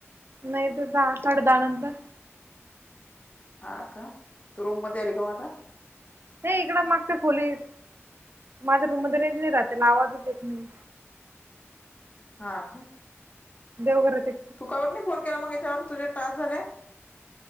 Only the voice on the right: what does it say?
नाही तर जा साडे दहा नंतर.
हे इकडं मागच्या खोलीत. माझ्या रूम मध्ये रेंज नाही राहते ला आवाजच येत नाही.
देवघरचे